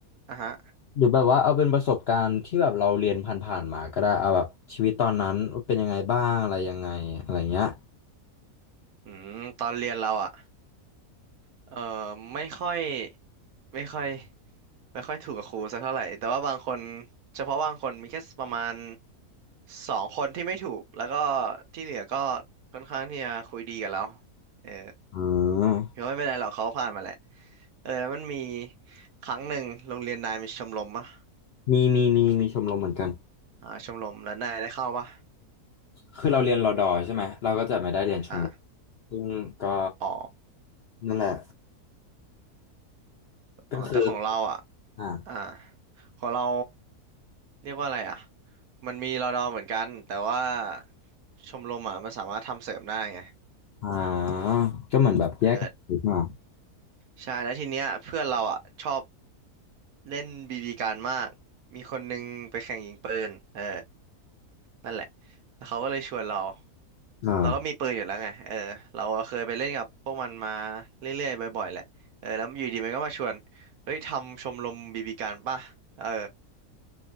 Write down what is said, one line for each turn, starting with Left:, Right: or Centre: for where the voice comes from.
Right: อ่าฮะ
Left: หรือแบบว่าเอาเป็นประสบการณ์ที่แบบเราเรียนผ่านๆมาก็ได้เอาแบบชีวิตตอนนั้นเป็นยังไงบ้างอะไรยังไงอะไรเงี้ย
Right: อืมตอนเรียนเราอ่ะเอ่อไม่ค่อยไม่ค่อยไม่ค่อยถูกกับครูสักเท่าไหร่แต่ว่าบางคนเฉพาะบางคนมีแค่ประมาณสองคนที่ไม่ถูกแล้วก็ที่เหลือก็ค่อนข้างที่จะคุยดีกับเราเออ
Left: อืม
Right: ถือว่าไม่เป็นไรหรอกเขาผ่านมาแหละเออแล้วมันมีครั้งหนึ่งโรงเรียนนายมีชมรมปะ
Left: มีมีมีมีชมรมเหมือนกัน
Right: อ่าชมรมแล้วนายได้เข้าปะ
Left: คือเราเรียนรอดอใช่ไหมเราก็จะไม่ได้เรียนชมรม
Right: อ่า
Left: ซึ่งก็
Right: อ๋อ
Left: นั่นแหละก็คือ
Right: อ๋อแต่ของเราอ่ะ
Left: อ่า
Right: อ่าของเราเรียกว่าอะไรอ่ะมันมีรอดอเหมือนกันแต่ว่าชมรมอ่ะมันสามารถทำเสริมได้ไง
Left: อ่าก็เหมือนแบบแยกกันอยู่ใช่ไหม
Right: เออใช่แล้วทีเนี้ยเพื่อนเราอ่ะชอบเล่นบีบีการมากมีคนนึงไปแข่งยิงปืนเออนั่นแหละแล้วเขาก็เลยชวนเรา
Left: อ่า
Right: เราก็มีปืนอยู่แล้วไงเออเราเคยไปเล่นกับพวกมันมาเรื่อยๆบ่อยๆแหละเออแล้วอยู่ดีมันก็มาชวนเฮ้ยทำชมรมบีบีการป่ะเออ